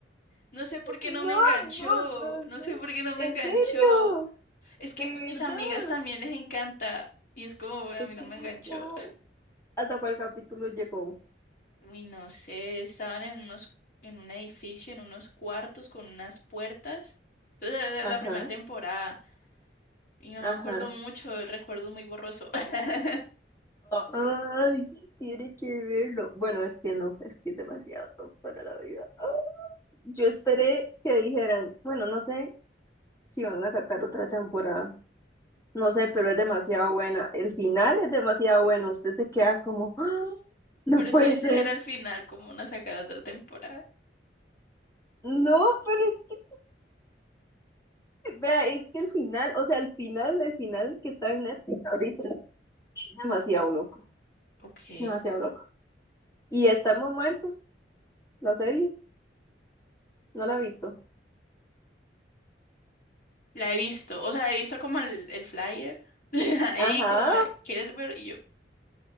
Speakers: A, on the left (about 50°); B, on the left (about 15°).
A: No sé por qué
B: no,
A: no me enganchó.
B: no, no.
A: No sé
B: no.
A: por qué no me
B: ¿En
A: enganchó.
B: serio?
A: Es que
B: ¿De
A: mis
B: verdad?
A: amigas también les encanta. Y es como, bueno,
B: Es
A: a mí no
B: demasiado.
A: me enganchó.
B: ¿Hasta cuál capítulo llegó?
A: Uy, no sé, estaban en unos, en un edificio, en unos cuartos con unas puertas. Entonces era la,
B: Ajá,
A: la primera temporada. Y no
B: ajá.
A: me acuerdo mucho, el recuerdo es muy borroso. <laughs>
B: Ay, tiene que verlo. Bueno, es que no, es que es demasiado top para la vida. Ah, Yo esperé que dijeran, bueno, no sé si van a sacar otra temporada. No sé, pero es demasiado buena. El final es demasiado bueno. Usted se queda como, "Ah, no
A: Pero
B: puede
A: sí, ese
B: ser.
A: era el final, como una sacada de la temporada.
B: No, pero es que, vea, es que el final, o sea, el final, el final que está en Netflix ahorita es demasiado loco,
A: Ok.
B: demasiado loco. Y estamos muertos, la serie, no la he visto.
A: La he visto. O sea, he visto como el, el flyer. <laughs> Ahí
B: Ajá,
A: como de, ¿quieres ver? Y yo